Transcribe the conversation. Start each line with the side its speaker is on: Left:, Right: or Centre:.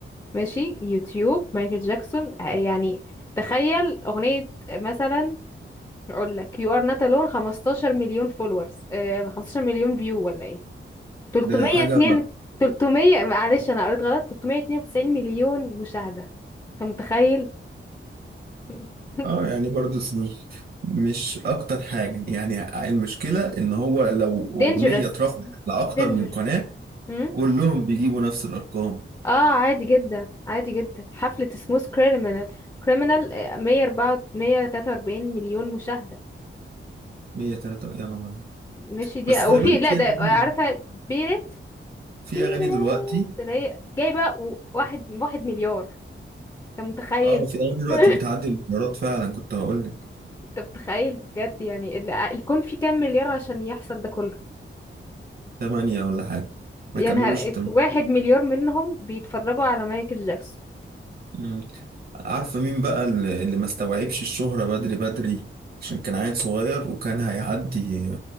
Left: ماشي يوتيوب مايكل جاكسون آه، يعني تخيل اغنيه مثلا اقول لك يو ار نوت الون 15 مليون فولورز آه 15 مليون فيو ولا ايه 302
Right: ده حاجة
Left: 300 معلش انا قريت غلط 392 مليون مشاهدة انت متخيل <laughs>
Right: اه يعني برضه س- مش اكتر حاجة يعني المشكلة ان هو لو
Left: دينجرس
Right: اغنية اترفعت لاكتر
Left: دينجرس
Right: من قناة
Left: امم
Right: كلهم بيجيبوا نفس الارقام
Left: اه عادي جدا عادي جدا حفلة سموث كريمنال كريمنال 104 143 مليون مشاهدة
Right: 103 يا نهار
Left: ماشي دي
Right: بس
Left: او
Right: خلي
Left: في
Right: بالك
Left: لا
Right: في
Left: ده
Right: اغاني
Left: عارفة بيرت
Right: في
Left: بيرت
Right: اغاني دلوقتي
Left: اللي هي جايبة و- واحد واحد مليار انت متخيل
Right: اه في اغاني دلوقتي
Left: <laughs>
Right: بتعدي المليارات فعلا كنت هقول لك
Left: انت متخيل بجد يعني ال- الكون فيه كام مليار عشان يحصل ده كله
Right: 8 ولا حاجة ما
Left: يعني
Right: كملوش
Left: ه- واحد مليار منهم بيتفرجوا على مايكل جاكسون
Right: 8 عارفة مين بقى اللي اللي ما استوعبش الشهرة بدري بدري عشان كان عيل صغير وكان هيعدي